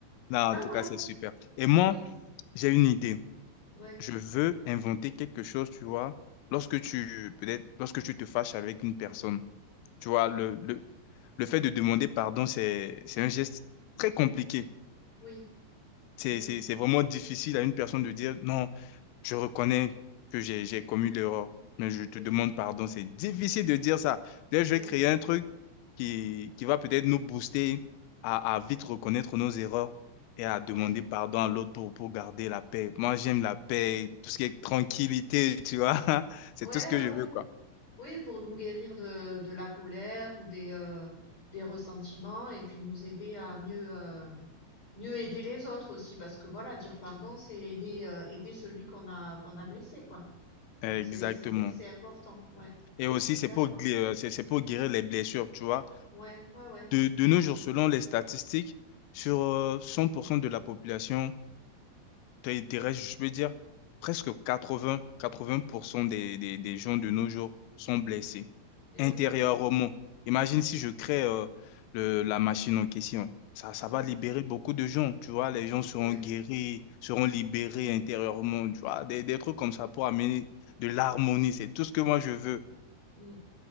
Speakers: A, on the left; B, on the left.
A: Non,
B: Ouais,
A: en tout
B: voilà.
A: cas, c'est super. Et moi,
B: Oui.
A: j'ai une idée.
B: Ouais.
A: je veux inventer quelque chose, tu vois. Lorsque tu, peut-être, lorsque tu te fâches avec une personne, tu vois,
B: Mm.
A: le, le, le fait de demander pardon, c'est, c'est un geste très compliqué.
B: Oui. C'est
A: C'est,
B: vrai.
A: c'est, c'est vraiment difficile à une personne de dire non. Je reconnais que j'ai j'ai commis l'erreur, mais je te
B: Oui.
A: demande pardon. C'est difficile de dire ça. Là, je
B: Oui.
A: vais créer un truc qui, qui va peut-être nous booster à, à vite reconnaître nos erreurs et à demander
B: Ouais.
A: pardon à l'autre pour, pour garder la paix. Moi, j'aime la paix, tout ce qui est tranquillité, tu vois. <laughs> C'est
B: Ouais,
A: tout ce que
B: ouais,
A: je
B: ouais.
A: veux, quoi.
B: Oui, pour nous guérir de, de la colère ou des, euh, des ressentiments et puis nous aider à mieux, euh, mieux aider les autres aussi parce que voilà, dire pardon, c'est aider, euh, aider celui qu'on a qu'on a blessé, quoi.
A: Exactement.
B: Donc c'est c'est vrai que c'est important, ouais.
A: Et aussi,
B: Je suis
A: c'est
B: d'accord.
A: pour, gui- euh, c'est c'est pour guérir les blessures, tu vois.
B: Ouais, ouais, ouais,
A: De, de
B: je
A: nos
B: comprends.
A: jours, selon les statistiques, sur euh, 100% de la population, T'es- t'es restes, je peux dire, presque 80, 80% des, des, des gens de nos jours sont blessés
B: Eh
A: intérieurement.
B: oui,
A: Imagine si je crée euh, le, la machine en question. Ça, ça va
B: ouais,
A: libérer beaucoup de gens, tu vois. Les gens seront
B: ouais.
A: guéris, seront libérés intérieurement, tu vois. Des, des trucs comme ça pour amener de l'harmonie, c'est tout ce que moi je veux.
B: Mm.